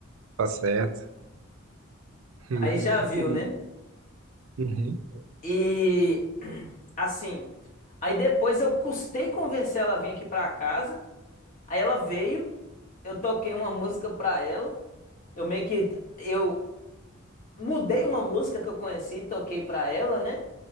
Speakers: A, on the right; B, on the left.
A: Tá certo. <laughs> Uhum.
B: Aí já viu, né?
A: Uhum.
B: E assim, aí depois eu custei convencer ela a vir aqui pra casa. Aí ela veio, eu toquei uma música pra ela. Eu meio que eu mudei uma música que eu conheci, toquei pra ela, né?